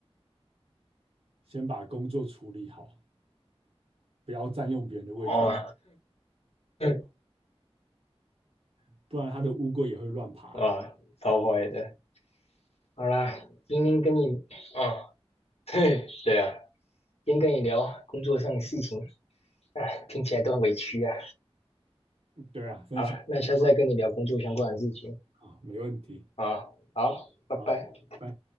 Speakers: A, on the right (about 70°); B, on the left (about 75°).
A: 先把工作处理好，不要占用别人的位置，
B: 哦，<laughs>
A: <laughs> 不然他的乌龟也会乱爬吧。
B: 哇，超坏的。好啦，今天跟你，哦，<laughs> 对啊，今天跟你聊工作上的事情，哎，听起来都很委屈啊。
A: 对啊，分享的很快
B: 好，那下次再跟你聊工作相关的事情。
A: 啊，没问题
B: 啊，好，拜拜。
A: 啊，拜。